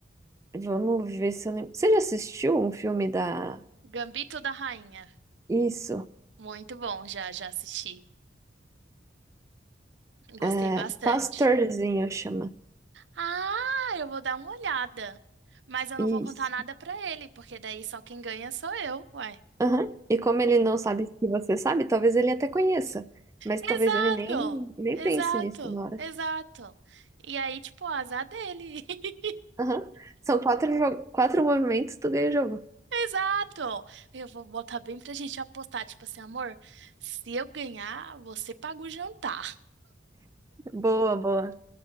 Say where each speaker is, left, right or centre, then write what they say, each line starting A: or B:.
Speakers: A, on the right; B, on the right.
A: vamos ver se eu lembro. Você já assistiu um filme da.
B: Gambito da Rainha.
A: Isso.
B: Muito bom, já, já assisti. Gostei
A: É,
B: bastante.
A: Pastorzinho chama.
B: Ah, eu vou dar uma olhada. Mas eu
A: Isso.
B: não vou contar nada pra ele, porque daí só quem ganha sou eu, uai.
A: Aham. E como ele não sabe que você sabe, talvez ele até conheça. Mas
B: Exato!
A: talvez ele nem, nem
B: Exato!
A: pense nisso na hora.
B: Exato! E aí, tipo, o azar dele. <laughs>
A: Aham. São quatro, jo- quatro movimentos, tu ganha o jogo.
B: Exato! Eu vou botar bem pra gente apostar, tipo assim, amor, se eu ganhar, você paga o jantar.
A: Boa, boa.